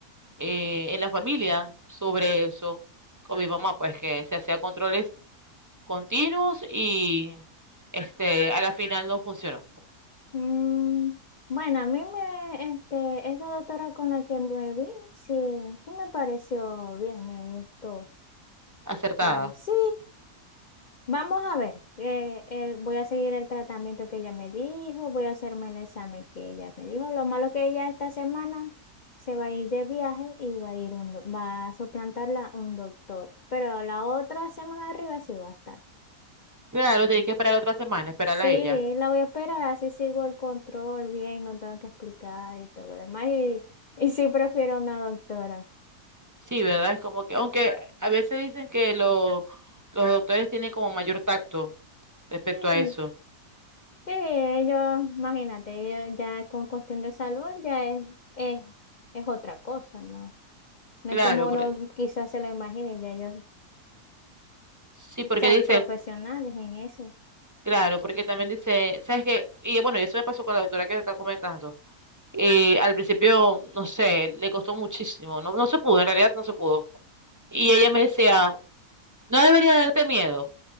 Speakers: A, on the right (about 25°); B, on the left (about 90°).
A: eh, en la familia sobre eso con mi mamá, pues que se hacía controles continuos y este a la final no funcionó.
B: Mm, bueno, a mí me, este, esta doctora con la que me vi, sí, sí me pareció bien, me gustó. O
A: Acertada.
B: sea, sí, vamos a ver, eh, eh, voy a seguir el tratamiento que ella me dijo, voy a hacerme el examen que ella me dijo. Lo malo que ella esta semana se va a ir de viaje y va a ir un, do- va a suplantarla un doctor, pero la otra semana de arriba sí va a estar.
A: Claro, tenía que esperar otra semana, esperarla
B: Sí,
A: a ella.
B: la voy a esperar, así sigo el control bien, no tengo que explicar y todo lo demás. Y, y sí prefiero una doctora.
A: Sí, ¿verdad? Es como que, aunque a veces dicen que lo- los doctores tienen como mayor tacto respecto
B: Sí,
A: a eso.
B: sí, ellos, imagínate, ellos ya con cuestión de salud ya es, es, es otra cosa, ¿no? No
A: Claro,
B: es como uno
A: porque,
B: quizás se lo imagine, ya ellos
A: sí, porque
B: son
A: dice,
B: profesionales en eso.
A: claro, porque también dice, ¿sabes qué? Y bueno, y eso me pasó con la doctora que está comentando. Eh, al principio, no sé, le costó muchísimo, no, no se pudo, en realidad no se pudo. Y ella me decía, no debería darte miedo,